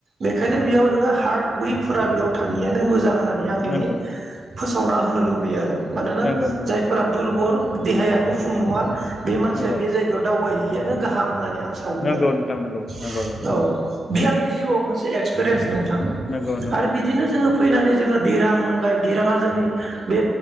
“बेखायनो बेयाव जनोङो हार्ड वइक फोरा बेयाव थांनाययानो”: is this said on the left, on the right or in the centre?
Right